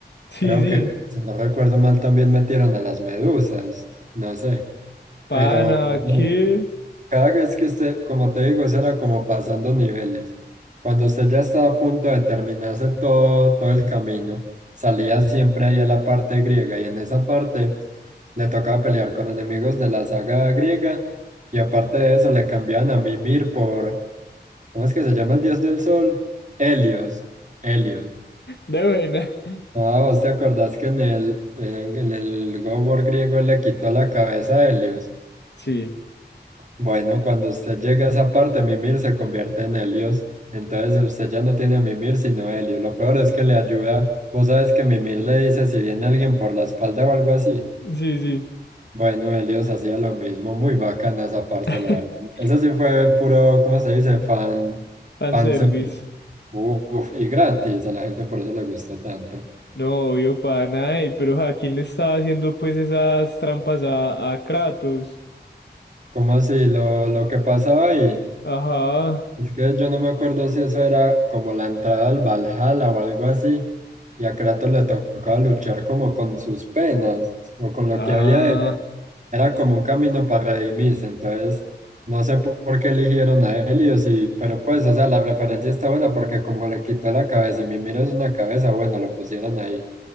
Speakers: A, on the left (about 75°); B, on the right (about 45°).
A: Sí,
B: Creo
A: sí.
B: que, si no recuerdo mal, también metieron a las medusas, no sé.
A: Pana,
B: Pero bueno,
A: qué.
B: cada vez que usted, como te digo, eso era como pasando niveles. Cuando usted ya estaba a punto de terminarse todo, todo el camino, salía siempre ahí a la parte griega y en esa parte le tocaba pelear con enemigos de la saga griega y aparte de eso le cambiaban a Mimir por, ¿cómo es que se llama el dios del sol? Helios, Helios.
A: <laughs> De buena.
B: Ah, ¿vos te acordás que en el, en, en el God of War griego él le quitó la cabeza a Helios?
A: Sí,
B: Bueno, cuando usted llega a esa parte, Mimir se convierte en Helios. Entonces usted ya no tiene a Mimir sino Helio. Lo peor es que le ayuda. Vos sabes que Mimir le dice si viene alguien por la espalda o algo así.
A: sí, sí.
B: Bueno, Helios hacía lo mismo. Muy bacana esa parte,
A: <laughs>
B: la verdad. Eso sí fue puro, ¿cómo se dice? Fan,
A: Fanservice.
B: fan service. Uf, y gratis. A la gente por eso le gustó tanto.
A: No, obvio, pana, ey, pero ¿a quién le estaba haciendo pues esas trampas a, a Kratos?
B: Como así? Lo, lo que pasaba ahí.
A: Ajá.
B: Es que yo no me acuerdo si eso era como la entrada al Valhalla o algo así, y a Kratos le tocaba luchar como con sus penas o con lo
A: Ah.
B: que había hecho. Era como un camino para redimirse, entonces no sé po- por qué eligieron a Helios, y, pero pues, o sea, la referencia está buena porque como le quitó la cabeza y Mimir es una cabeza, bueno, lo pusieron ahí,